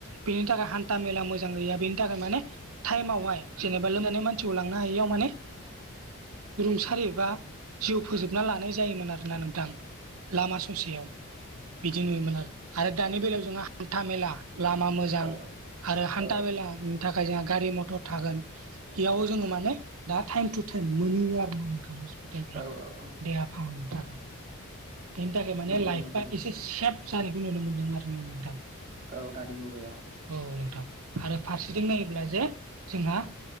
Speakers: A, on the right; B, on the right.
A: बेनि थाखाय हान्था मेला मोजां गैया बेनि थाखाय माने टाइमावहाय जेनेबा लो माने मानसिखौ लांनो हायियाव माने रुंसारि बा जिउ फोजोबना लानाय जायोमोन आरोना नोंथां लामा ससेयाव बिदि नुयोमोन आरो आरो दानि बेलायाव जोंहा हान्था मेला लामा मोजां
B: औ
A: आरो हान्था
B: औ
A: मेला उम थाखाय जोंहा गारि मथर थागोन बेयाव जोङो माने दा थाइम टु थाइम मोनैयो आरो ना नोंथां हस्पिटालफ्राव
B: औ
A: देहा हा थाख बेनि थाखाय माने
B: नंगौ
A: लाइफा
B: नंगौ
A: एसे सेफ जानायखौ नुनो मोन्दों आरो ना नोंथां
B: औ दानि मुगायाव
A: औ नोंथां आरो फारसेथिं नायोब्ला जे जोंहा